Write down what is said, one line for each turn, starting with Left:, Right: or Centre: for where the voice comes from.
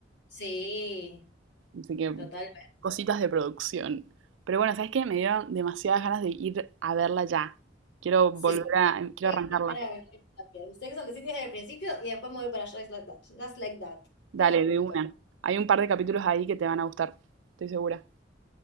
Left: Sí,
Right: Así que
Left: totalmente.
Right: cositas de producción. Pero bueno, ¿sabes qué? Me dieron demasiadas ganas de ir a verla ya. Quiero
Left: Sí.
Right: volver a, em, quiero
Left: Voy
Right: arrancarla.
Left: a intentar a también. Sex and the City desde el principio y después me voy para Just Like That. Just Like That.
Right: Dale,
Left: Todo junto.
Right: de una. Hay un par de capítulos ahí que te van a gustar, estoy segura.